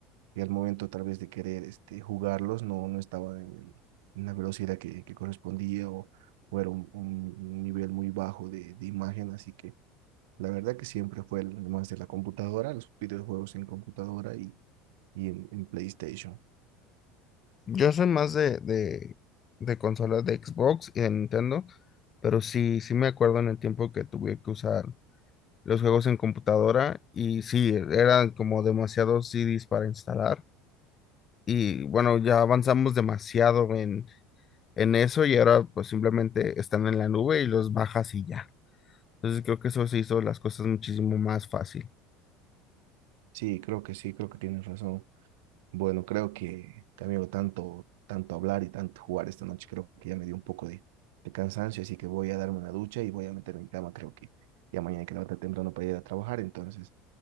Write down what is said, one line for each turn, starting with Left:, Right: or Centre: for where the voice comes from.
Right: y al momento tal vez de querer este, jugarlos no, no estaban en, el- en la velocidad que, que correspondía o, o era un, un nivel muy bajo de, de imagen, así que la verdad que siempre fue el más de la computadora, los videojuegos en computadora y, y en, en PlayStation.
Left: Yo soy más de, de, de consolas de Xbox y de Nintendo, pero sí, sí me acuerdo en el tiempo que tuve que usar los juegos en computadora y sí, e-, eran como demasiados CDs para instalar. Y bueno, ya avanzamos demasiado en, en eso y ahora pues simplemente están en la nube y los bajas y ya. Entonces creo que eso se hizo las cosas muchísimo más fácil.
Right: Sí, creo que sí, creo que tienes razón. Bueno, creo que, que, amigo tanto, tanto hablar y tanto jugar esta noche, creo que ya me dio un poco de, de cansancio, así que voy a darme una ducha y voy a meterme en cama. Creo que ya mañana hay que levantar temprano para ir a trabajar. Entonces,